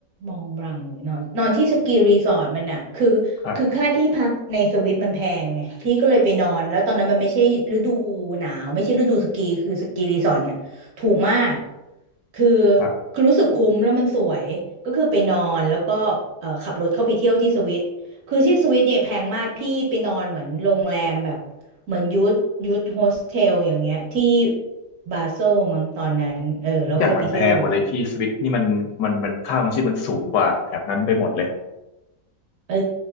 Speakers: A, on the right; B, on the left.
A: มองบลังหรือนอนนอนที่สกีรีสอร์ทมันอะคือคือค่าที่พักในสวิตมันแพงไงพี่ก็เลยไปนอนแล้วตอนนั้นมันไม่ใช่ฤดูหนาวไม่ใช่ฤดูสกีคือสกีรีสอร์ทเนี่ยถูกมาก
B: ครับ
A: คือ
B: ครับ
A: คือรู้สึกคุ้มแล้วมันสวยก็คือไปนอนแล้วก็เอ่อขับรถเข้าไปเที่ยวที่สวิตคือที่สวิตเนี่ยแพงมากพี่ไปนอนเหมือนโรงแรมแบบเหมือนยูทยูทโฮสเทลอย่างเงี้ยที่บาโซลมั้งตอนนั้นเออแล้วค่อยไปเที่ยวรูส
B: ทุกอย่างมันแพงหมดเลยพี่สวิตนี่มันมันมันค่าของชีพมันสูงกว่าแถบนั้นไปหมดเลย
A: เออ